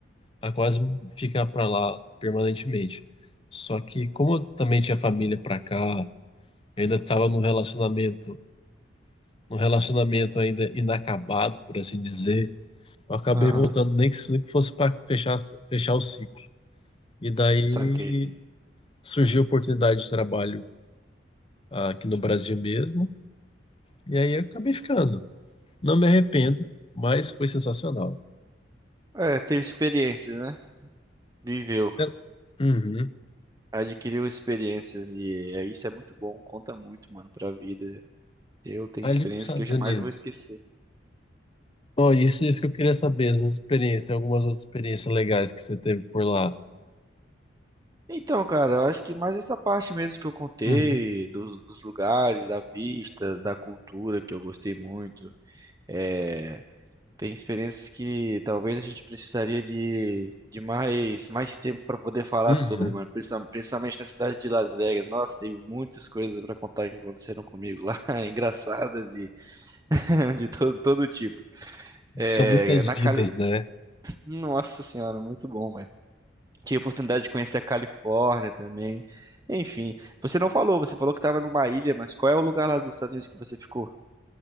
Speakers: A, on the left; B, on the right.
A: a quase ficar para lá permanentemente. Só que como eu também tinha família para cá, eu ainda estava num relacionamento, num relacionamento ainda inacabado, por assim dizer, eu acabei
B: aham,
A: voltando nem que, nem que fosse para fechar fechar o ciclo. E daí
B: saquei.
A: surgiu a oportunidade de trabalho ah, aqui no Brasil mesmo, e aí eu acabei ficando. Não me arrependo,
B: Uhum.
A: mas foi sensacional.
B: É, teve experiências, né? Viveu,
A: Eu- Uhum.
B: adquiriu experiências e é, isso é muito bom, conta muito, mano, pra vida. Eu tenho
A: Ali
B: experiências
A: para os Estados
B: que eu jamais
A: Unidos.
B: vou esquecer.
A: Oh, isso, isso que eu queria saber, essas experiências, algumas outras experiências legais que você teve por lá.
B: Então, cara, eu acho que mais essa parte mesmo que eu contei,
A: Uhum,
B: dos, dos lugares, da vista, da cultura que eu gostei muito. É, tem experiências que talvez a gente precisaria de, de mais, mais tempo para poder falar
A: uhum,
B: sobre, mano. Principal- Principalmente na cidade de Las Vegas. Nossa, tem muitas coisas para contar que aconteceram comigo lá, <laughs> engraçadas e <laughs> de todo, todo tipo. É,
A: São muitas
B: na
A: vidas,
B: Cali...
A: né?
B: Nossa senhora, muito bom, velho. Tive a oportunidade de conhecer a Califórnia também. Enfim, você não falou, você falou que estava numa ilha, mas qual é o lugar lá dos Estados Unidos que você ficou?